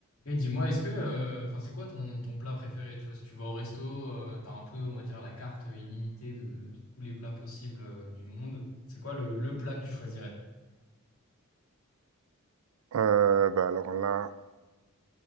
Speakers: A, on the left (about 70°); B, on the right (about 75°).
A: Et dis-moi, est-ce que, euh, enfin, c'est quoi ton, ton plat préféré? Tu vois, si tu vas au resto, euh, t'as un peu, on va dire, la carte illimitée de, de tous les plats possibles, euh, du monde. C'est quoi le, le plat que tu choisirais?
B: Heu, bah, alors là